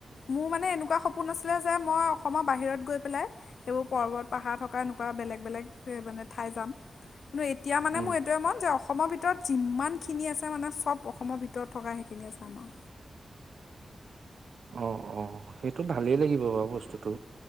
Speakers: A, on the left; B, on the right.
A: মোৰ মানে এনেকুৱা সপোন ফোন আছিলে যে মই অসমৰ বাহিৰত গৈ পেলাই সেইবোৰ পৰ্বত পাহাৰ থকা এনেকুৱা বেলেগ বেলেগ মানে ঠাই যাম। কিন্তু এতিয়া মানে
B: উম
A: মোৰ এইটয়ে মন যে অসমৰ ভিতৰত যিমান খিনি আছে মানে চব অসমৰ ভিতৰত ভ থকা সেইখিনি আ চ আমাৰ।
B: অ অ সেইটো ভালেই লাগিব বাৰু বস্তুটো